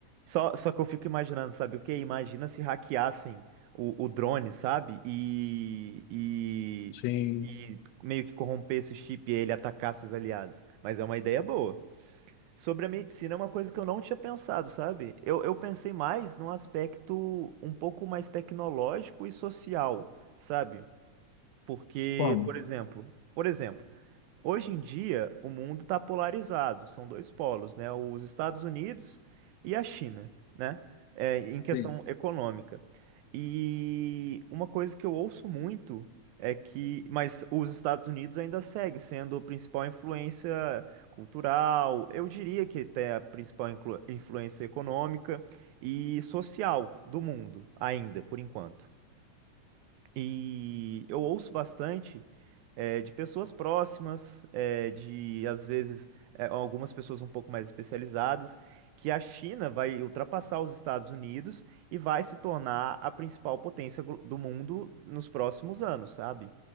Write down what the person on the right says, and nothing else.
Só... Só que eu fico imaginando, sabe o quê? Imagina se hackeassem o, o drone, sabe? E... e...
e meio que corrompesse o chip e ele atacasse os aliados. Mas é uma ideia boa. Sobre a medicina é uma coisa que eu não tinha pensado, sabe? Eu, eu pensei mais num aspecto um pouco mais tecnológico e social, sabe? Porque,
por exemplo, por exemplo, Hoje em dia, o mundo está polarizado, são dois polos, né? Os Estados Unidos e a China, né? É, em questão
econômica. E uma coisa que eu ouço muito é que, mas os Estados Unidos ainda segue sendo a principal influência cultural, eu diria que até a principal inclu- influência econômica e social do mundo, ainda, por enquanto. E eu ouço bastante eh, de pessoas próximas, eh, de às vezes eh, algumas pessoas um pouco mais especializadas, que a China vai ultrapassar os Estados Unidos e vai se tornar a principal potência glo- do mundo nos próximos anos, sabe?